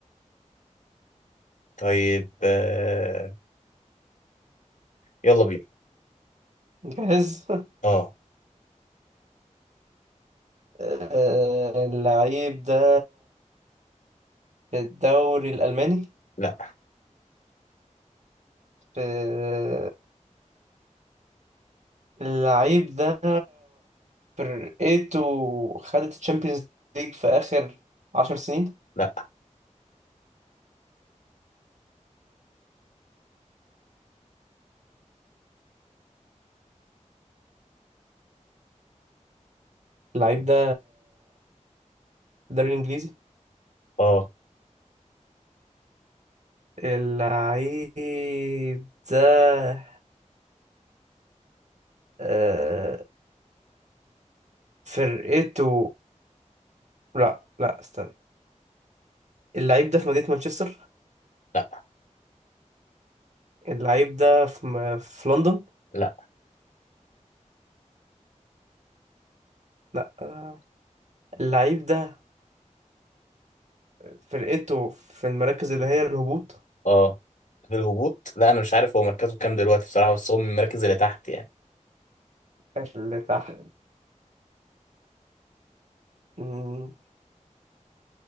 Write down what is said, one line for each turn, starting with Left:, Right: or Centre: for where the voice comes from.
Left: طيب آه، يلا بينا
Right: جاهز <laughs>
Left: اه
Right: آه، اللعيب ده في الدوري الألماني
Left: لا
Right: في اللعيب ده فرقته خدت الشامبيونز ليج في آخر عشر سنين
Left: لا
Right: اللعيب ده في الدوري الإنجليزي
Left: اه
Right: اللعيب ده آه، فرقته لا لا استنى اللعيب ده في مدينة مانشستر
Left: لا
Right: اللعيب ده في م... في لندن
Left: لا
Right: لا آه، اللعيب ده فرقته في المراكز اللي هي الهبوط
Left: اه الهبوط لا انا مش عارف هو مركزه كام دلوقتي بصراحة بس هو من المراكز اللي تحت يعني
Right: اللي تحت مم،